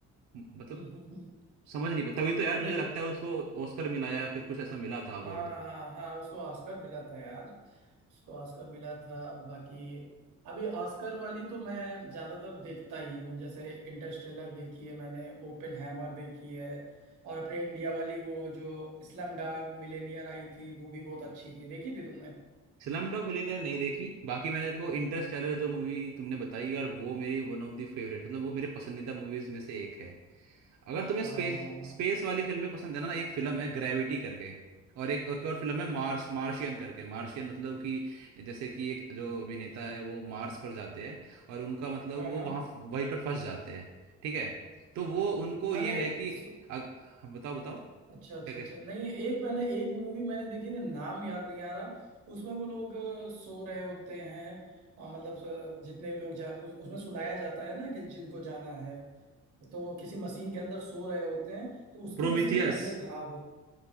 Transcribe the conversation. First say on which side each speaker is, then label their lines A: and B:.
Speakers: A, on the right (about 65°); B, on the right (about 80°).
A: म- मतलब
B: हाँ। <laughs>
A: समझ नहीं पा तभी तो यार मुझे
B: लेकिन
A: लगता है उसको ऑस्कर मिला या फिर कुछ ऐसा मिला था अवार्ड
B: हाँ हाँ हाँ उसको ऑस्कर मिला था यार उसको ऑस्कर मिला था बाकी अभी ऑस्कर वाली तो मैं ज्यादातर देखता ही हूँ जैसे इंटरस्टेलर देखी है मैंने ओपन हैमर देखी है और अपने इंडिया वाली वो जो इस्लाम डाग मिलेनियर आई थी वो भी बहुत अच्छी थी देखी थी तुमने
A: स्लम डॉग मिलियनेयर नहीं देखी बाकी मैंने देखो इंटरस्टेलर जो मूवी तुमने बताई यार वो मेरी वन ऑफ द फेवरेट मतलब वो मेरे पसंदीदा मूवीज में से एक है अगर
B: हाँ
A: तुम्हें स्पेस
B: हाँ
A: स्पेस वाली फिल्में पसंद है ना एक फिल्म है ग्रेविटी करके और एक एक और फिल्म है मार्स मार्शियन करके मार्शियन मतलब कि जैसे कि एक जो अभिनेता है वो मार्स पर जाते हैं और उनका मतलब
B: हाँ
A: वो
B: हाँ हाँ।
A: वहाँ वहीं पर फंस जाते हैं ठीक है तो वो उनको
B: अरे
A: ये है कि
B: स-
A: अग, बताओ बताओ क्या
B: अच्छा अच्छा
A: क्या
B: अच्छा नहीं एक मैंने एक मूवी मैंने देखी थी नाम याद नहीं आ रहा उसमें वो लोग अ, सो रहे होते हैं अ, मतलब अ, जितने लोग जा उस, उसमें सुलाया जाता है ना कि जिनको जाना है तो वो किसी मशीन के अंदर सो रहे होते हैं तो उसकी
A: प्रोमीथियस
B: मशीन पहले खराब हो